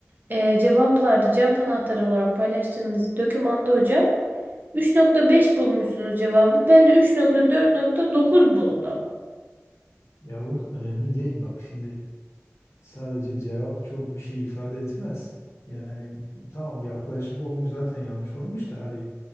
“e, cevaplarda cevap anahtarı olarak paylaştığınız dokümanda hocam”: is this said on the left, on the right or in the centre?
Right